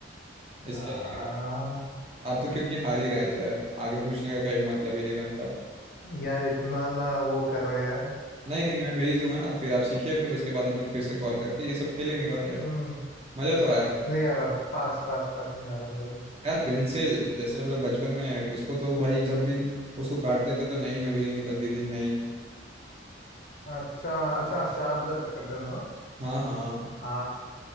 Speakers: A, on the left; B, on the right.
A: आ,
B: इसके आगे आप तो क्योंकि हार ही रहते यार आगे पूछने का कोई मतलब ही नहीं बनता
A: यार इतना ना वो करो यार
B: नहीं नहीं मैं भेज दूंगा ना फिर आप सीखिए फिर उसके बाद हम लोग फिर से कॉल करके ये सब खेलेंगे और
A: हम्म,
B: क्या मजा तो आया मतलब
A: नहीं आ रहा पास पास पास नहीं आ रहा मेरे को
B: यार पेंसिल जैसे हम लोग बचपन में उसको तो भाई जब भी उसको काटते थे तो नई नवेली निकलती थी नई
A: अच्छा अच्छा शार्प जब करते थे ना
B: हाँ हाँ
A: हाँ